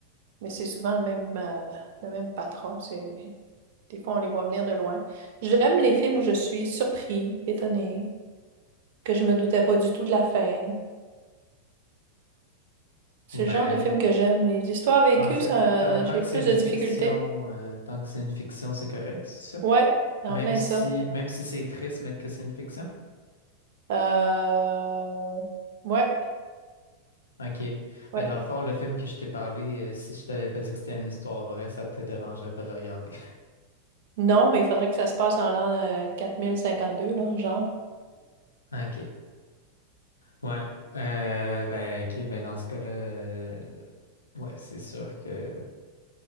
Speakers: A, on the right (about 55°); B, on the left (about 75°).
A: Mais c'est souvent le même, euh, le même patron. C'est... Des fois, on les voit venir de loin. J'aime les films où je suis surpris, étonné, que je me doutais pas du tout de la fin. C'est
B: Ouais.
A: le genre de film que j'aime. Les histoires vécues,
B: En fait,
A: ça,
B: ta- tant
A: j'ai
B: que
A: plus
B: c'est une
A: de
B: fiction,
A: difficultés.
B: euh, tant que c'est une fiction, c'est correct, c'est ça?
A: Ouais, en
B: Même
A: plein
B: si,
A: ça.
B: même si c'est triste, mais que c'est une fiction?
A: Euh... Ouais,
B: OK.
A: ouais.
B: Ben, dans le fond, le film que je t'ai parlé, euh, si je t'avais pas dit que c'était une histoire vraie, ça te dérangerait pas de le regarder.
A: Non, mais il faudrait que ça se passe en l'an euh, deux là, genre.
B: <laughs> OK. Ouais. Euh, ben, ok, ben dans ce cas-là, euh, ouais, c'est sûr que